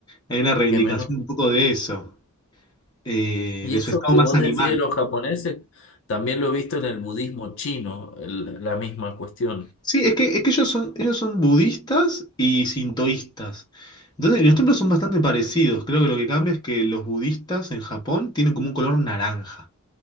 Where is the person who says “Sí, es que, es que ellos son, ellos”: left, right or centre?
Left